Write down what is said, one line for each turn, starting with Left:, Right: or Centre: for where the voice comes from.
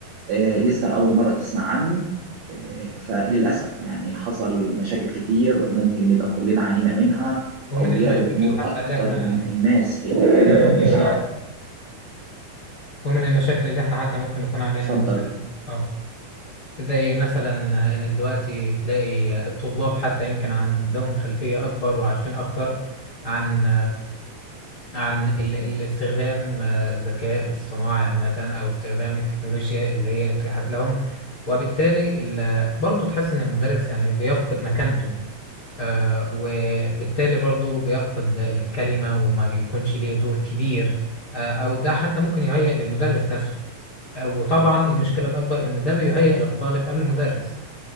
Right: آه، لسه اول مرة تسمع عنه آه، فللاسف يعني حصل مشاكل كتير ممكن نبقى كلنا عانينا منها
Left: ومن
Right: واولياء
Left: المشاكل
Right: الامور
Left: حتى
Right: اكتر
Left: اللي إحنا
Right: الناس اللي مش
Left: <laughs> ومن المشاكل اللي إحنا حتى ممكن نكون عانينا
Right: اتفضل
Left: منها أه زي مثلا إن دلوقتي تلاقي الطلاب حتى يمكن عندهم خلفية أكبر وعارفين أكتر عن عن ال- الاستخدام آه، الذكاء الصناعي عامة أو استخدام التكنولوجيا اللي هي اتيحت لهم وبالتالي ال- برضه تحس إن المدرس يعني بيفقد مكانته آه، وبالتالي برضه بيفقد الكلمة وما بيكونش ليه دور كبير آه، أو ده حتى ممكن يهيئ للمدرس نفسه آه، وطبعا المشكلة الأكبر إن ده بيهيئ للطالب قبل المدرس